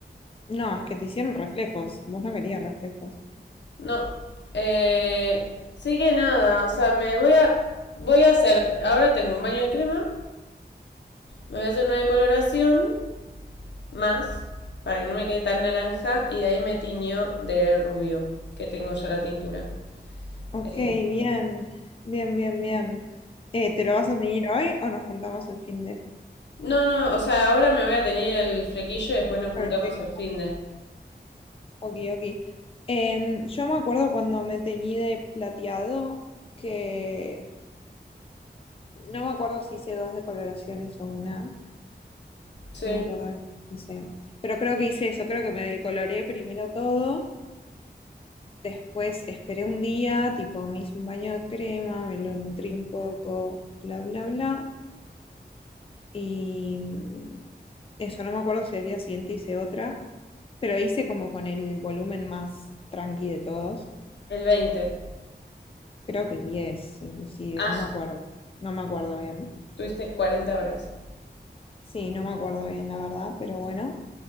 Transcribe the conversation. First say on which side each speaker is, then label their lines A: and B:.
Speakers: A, on the left (about 30°); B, on the left (about 80°).
A: No, es que te hicieron reflejos. Vos no querías reflejos.
B: No. Eh, sí que nada, o sea, me voy a voy a hacer, ahora tengo un baño de crema, me voy a hacer una decoloración. más para que no me quede tan naranja y de ahí me tiñó de rubio, que tengo ya la tintura.
A: Ok,
B: Eh,
A: bien. Bien, bien, bien. Eh, ¿te lo vas a tener hoy o nos juntamos el fin
B: no, no, o sea, ahora me voy a teñir el flequillo y después nos juntamos
A: de?
B: el fin de.
A: Ok, ok. Em, yo me acuerdo cuando me teñí de plateado, que no me acuerdo si hice dos decoloraciones o una,
B: Sí,
A: no me acuerdo, bien, no sé. Pero creo que hice eso, creo que me decoloré primero todo, después esperé un día, tipo me hice un baño de crema, me lo nutrí un poco, bla, bla, bla. Y mm, eso no me acuerdo si al día siguiente hice otra, pero hice como con el volumen más tranqui de todos.
B: el veinte
A: Creo que 10, inclusive,
B: Ah,
A: no me acuerdo. No me acuerdo bien.
B: tuviste cuarenta horas.
A: Sí, no me acuerdo bien, la verdad, pero bueno.